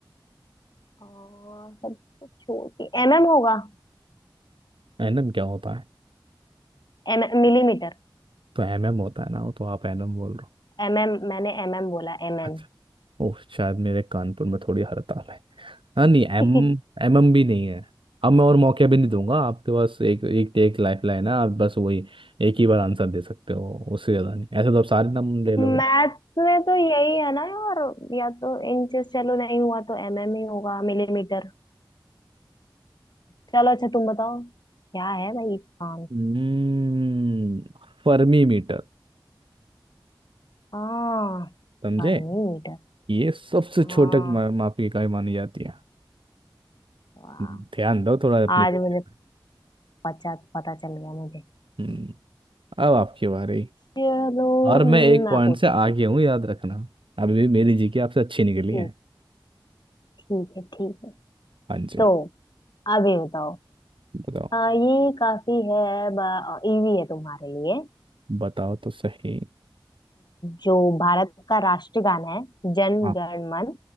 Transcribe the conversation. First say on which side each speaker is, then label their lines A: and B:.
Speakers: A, on the left; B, on the right.
A: और सबसे छोटी एमएम होगा
B: एनम क्या होता है
A: M millimetre
B: तो एम एम होता है ना वो तो आप एनम बोल रहे हो
A: एमएम मैंने एमएम बोला एमएम
B: अच्छा ओह शायद मेरे कानपुर में थोड़ी हड़ताल है हाँ नहीं एम
A: <laughs>
B: एम एम भी नहीं है अब मैं और मौके भी नहीं दूंगा आपके पास एक एक एक लाइफ लाइन है आप बस वही एक ही बार आंसर दे सकते हो उससे ज़्यादा नहीं ऐसे तो आप सारे नाम ले लोगे
A: मैथ्स में तो यही है ना यार या तो इंचेस चलो नहीं हुआ तो एमएम ही होगा मिलीमीटर चलो अच्छा तुम बताओ क्या है भाई काम
B: हम्म फर्मी मीटर
A: हाँ
B: समझे
A: Fermi metre
B: ये सबसे
A: हाँ
B: छोटक मा- माप की इकाई मानी जाती है
A: वाह
B: ध्यान दो थोड़ा अपने
A: आज
B: देश
A: मुझे
B: में
A: पता पता चल गया मुझे
B: हम्म अब आपकी बारी
A: चलो
B: और मैं एक
A: मैं
B: पॉइंट
A: पूछती
B: से आगे
A: हूँ
B: हूँ याद रखना अभी भी मेरी जीके आपसे अच्छी निकली
A: ठीक
B: है
A: ठीक है ठीक है
B: हाँ जी
A: तो अभी बताओ
B: बताओ
A: हाँ ये काफी है इजी है तुम्हारे लिए
B: बताओ तो सही
A: जो भारत का राष्ट्रगान है जन
B: हाँ
A: गण मन